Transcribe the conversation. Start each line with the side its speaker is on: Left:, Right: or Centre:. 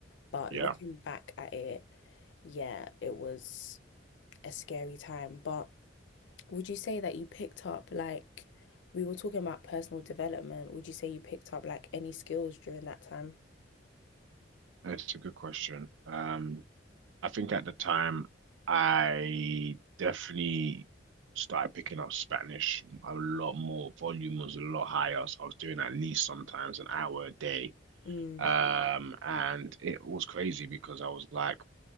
Left: But
Right: yeah.
Left: looking back at it, yeah, it was a scary time. But would you say that you picked up like we were talking about personal development? Would you say you picked up like any skills during that time?
Right: That's a good question. Um I think at the time I definitely started picking up Spanish a lot more. Volume was a lot higher, so I was doing at least sometimes an hour a day.
Left: Mm.
Right: Um, and it was crazy because I was like,